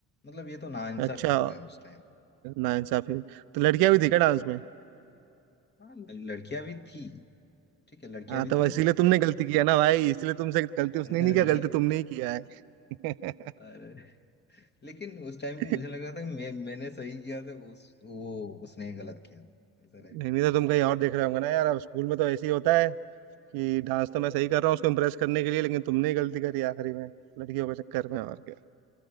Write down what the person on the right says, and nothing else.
अच्छा
नाइंसाफी हुई। तो लड़कियां भी थी क्या डांस में
हाँ
तो
इसीलिए तुमने गलती किया ना भाई इसलिए तुमसे गलती
उसने नहीं किया गलती तुमने ही किया है <laughs>
नहीं
नहीं
तो तुम कहीं और देख रहे होंगे ना यार अब स्कूल में तो ऐसे ही होता है कि डांस तो मैं सही कर रहा हूँ उसको इम्प्रेस करने के लिए लेकिन तुमने ही गलती करी आखिरी में लड़कियों के चक्कर में और क्या